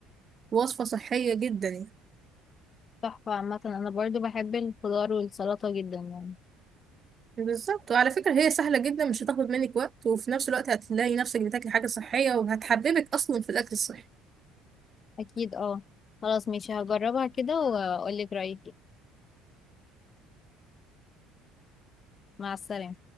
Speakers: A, on the right; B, on the left.
A: وصفة صحية جدا يعني
B: تحفه عامه انا برضو بحب الخضار والسلطه جدا يعني
A: بالظبط وعلى فكرة هي سهلة جدا مش هتاخد منك وقت وفي نفس الوقت هتلاقي نفسك بتاكلي حاجة صحية وهتحببك أصلا في الأكل الصحي
B: اكيد اه خلاص ماشي هجربها كده واقول لك رأيي مع السلامة